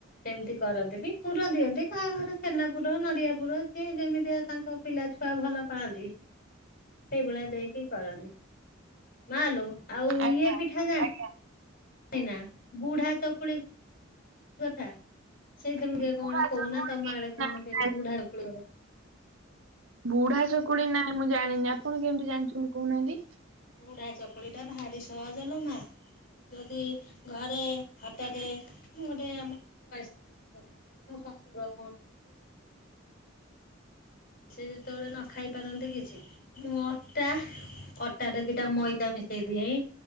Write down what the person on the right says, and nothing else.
ଆଜ୍ଞା
ଆଜ୍ଞା
ବୁଢା
ଚକୁଳି
ନାଇଁ
ବୁଢା ଚକୁଳି ନାଇଁ ମୁଁ ଜାଣିନି ଆପଣ କେମିତି ଜାଣିଛନ୍ତି କହୁନାହାନ୍ତି?